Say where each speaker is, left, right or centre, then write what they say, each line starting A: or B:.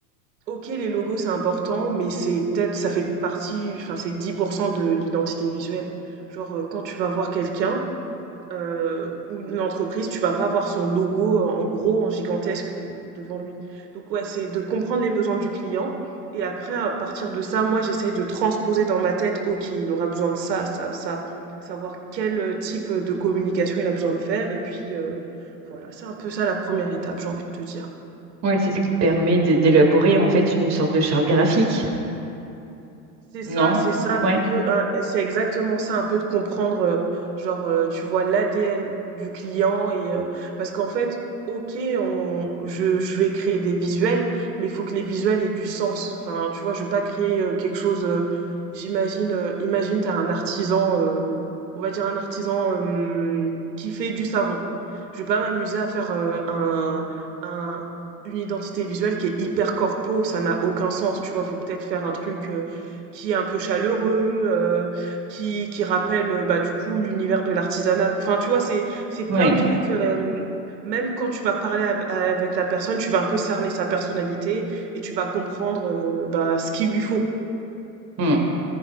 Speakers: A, on the right (about 80°); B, on the right (about 35°).
A: Ok, les logos, c'est important, mais c'est peut-être, ça fait partie, enfin, c'est 10% de l'identité visuelle. Genre, euh, quand tu vas voir quelqu'un, heu, ou une entreprise, tu vas pas avoir son logo, heu, en gros, en gigantesque, heu, devant lui. Donc ouais, c'est de comprendre les besoins du client et après à partir de ça, moi, j'essaye de transposer dans ma tête: «OK, il aura besoin de ça, ça, ça», savoir quel, heu, type, euh, de communication il a besoin de faire et puis, heu, voilà, c'est un peu ça la première étape, j'ai envie de te dire.
B: Ouais, c'est ce qui te permet d'é- d'élaborer en fait une sorte de charte graphique,
A: C'est ça,
B: non?
A: c'est ça, un
B: Ouais,
A: peu, un- c'est exactement ça, un peu de comprendre, euh, genre, euh, tu vois, l'ADN du client et euh, parce qu'en fait, ok, on, je, je vais créer des visuels, mais il faut que les visuels aient du sens. Enfin, tu vois, je vais pas créer euh, quelque chose. euh, j'imagine, euh, imagine, t'as un artisan, euh, on va dire un artisan euh, qui fait du savon. Je vais pas m'amuser à faire euh, un, un une identité visuelle qui est hyper corpo, ça n'a aucun sens. Tu vois, faut peut-être faire un truc. euh, qui est un peu chaleureux, euh, qui qui rappelle euh, bah du coup l'univers de l'artisanat. Enfin, tu vois, c'est c'est plein
B: ouais.
A: de trucs. euh, même quand tu vas parler av- avec la personne, tu vas un peu cerner sa personnalité et tu vas comprendre euh, bah ce qu'il lui faut.
B: Hmm.